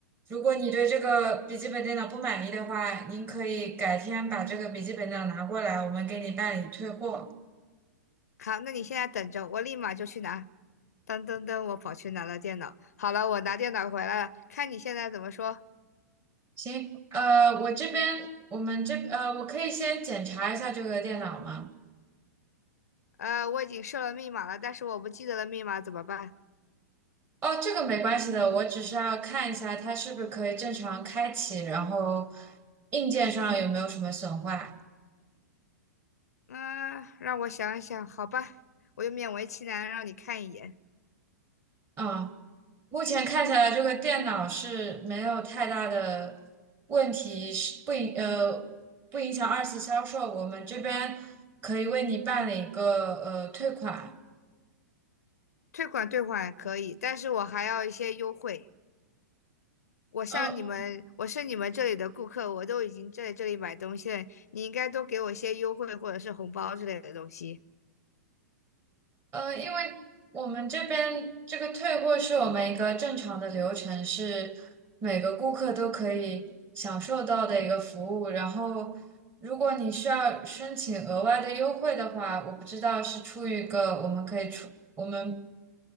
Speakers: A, on the right; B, on the left.
A: 如果你对这个笔记本电脑不满意的话，您可以改天把这个笔记本电脑拿过来，我们给你办理退货。
B: 好，那你现在等着，我立马就去拿。噔噔噔，我跑去拿了电脑。好了，我拿电脑回来了，看你现在怎么说。
A: 行，呃，我这边我们这呃，我可以先检查一下这个电脑吗？
B: 呃，我已经设了密码了，但是我不记得了密码怎么办？
A: 哦，这个没关系的，我只是要看一下它是不是可以正常开启，然后硬件上有没有什么损坏。
B: 嗯，让我想一想，好吧，我就勉为其难让你看一眼。
A: 嗯。目前看起来这个电脑是没有太大的问题，是不影呃不影响二次销售。我们这边可以为你办理一个呃退款，
B: 退款退款可以，但是我还要一些优惠。我像你们，
A: 呃
B: 我是你们这里的顾客，我都已经在这里买东西了，你应该多给我一些优惠或者是红包之类的东西。
A: 呃，因为我们这边这个退货是我们一个正常的流程，是每个顾客都可以享受到的一个服务。然后，如果你需要申请额外的优惠的话，我不知道是出于一个我们可以出。我们。